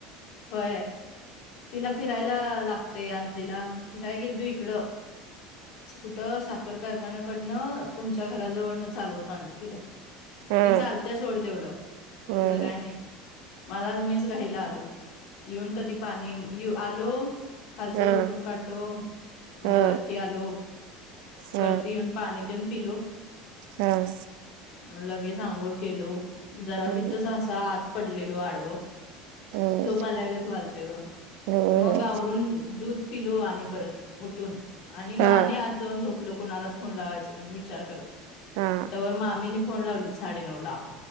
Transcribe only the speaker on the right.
हम्म
होय
हा
हा
हा
हम्म
हम्म
हम्म
होय
होय
हा
हा